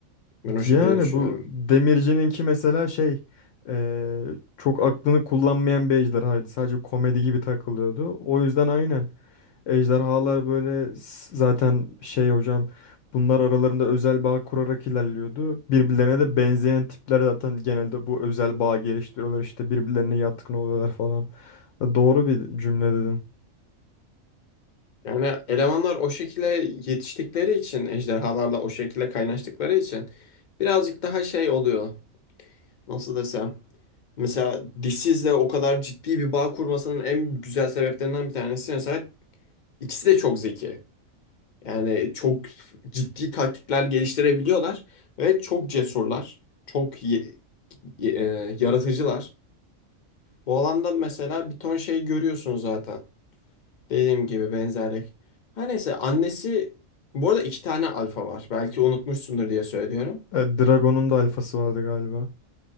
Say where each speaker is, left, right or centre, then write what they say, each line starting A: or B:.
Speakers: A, on the left (about 45°); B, on the left (about 70°).
A: Ben o şekilde
B: Yani
A: düşünüyorum.
B: bu Demirci'ninki mesela şey eee, çok aklını kullanmayan bir ejderhaydı. Sadece komedi gibi takılıyordu. O yüzden aynen. Ejderhalar böyle s- zaten şey hocam bunlar aralarında özel bağ kurarak ilerliyordu. Birbirlerine de benzeyen tipler zaten genelde bu özel bağ geliştiriyorlar işte birbirlerine yatkın oluyorlar falan. E, Doğru bir cümle dedin.
A: Yani elemanlar o şekilde yetiştikleri için, ejderhalarla o şekilde kaynaştıkları için birazcık daha şey oluyor. Nasıl desem? Mesela dişsizle o kadar ciddi bir bağ kurmasının en güzel sebeplerinden bir tanesi mesela ikisi de çok zeki. Yani çok ciddi taktikler geliştirebiliyorlar ve çok cesurlar, çok ye- e, yaratıcılar. Bu alanda mesela bir ton şey görüyorsun zaten. Dediğim gibi benzerlik. Her neyse annesi bu arada iki tane alfa var. Belki unutmuşsundur diye söylüyorum.
B: E, Dragon'un da alfası vardı galiba.